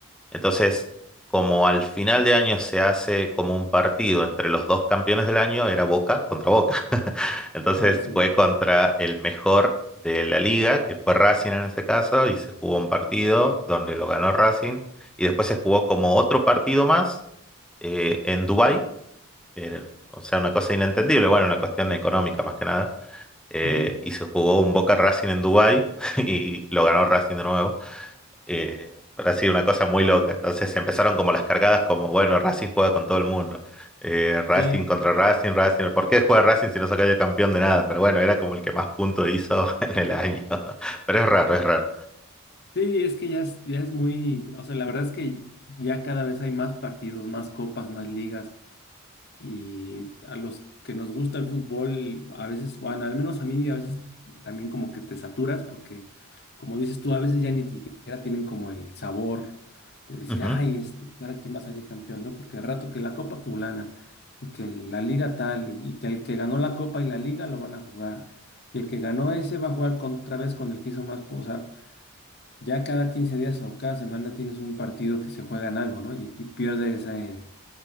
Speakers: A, in the centre; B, on the left (about 45°).
A: Entonces, como al final de año se hace como un partido entre los dos campeones del año, era Boca contra Boca. <laughs> Entonces
B: Ah, sí.
A: fue contra el mejor de la liga, que fue Racing en ese caso, y se jugó un partido donde lo ganó Racing, y después se jugó como otro partido más eh, en Dubái, eh, o sea, una cosa inentendible, bueno, una cuestión económica más que nada, eh,
B: Ujú.
A: y se jugó un Boca Racing en Dubái <laughs> y lo ganó Racing de nuevo eh, pero ha sido una cosa muy loca. Entonces empezaron como las cargadas, como bueno, Racing juega con todo el mundo. Eh, Racing
B: Sí,
A: contra Racing, Racing. ¿Por qué juega Racing si no se cayó campeón de nada? Pero bueno, era como el que más puntos hizo <laughs> en el año. Pero es raro, es raro.
B: sí, es que ya es, ya es muy, o sea, la verdad es que ya cada vez hay más partidos, más copas, más ligas. Y a los que nos gusta el fútbol, a veces, bueno, al menos a mí, a veces también como que te saturas porque, como dices tú, a veces ya ni siquiera tienen como el sabor de decir,
A: Ujú.
B: ay, este, ahora quién va a salir campeón, ¿no? Porque al rato que la Copa Tulana y que la Liga tal y, y que el que ganó la Copa y la Liga lo van a jugar y el que ganó ese va a jugar con- otra vez con el que hizo más, pu- o sea, ya cada 15 días o cada semana tienes un partido que se juega en algo, ¿no? Y pi- pierde ese,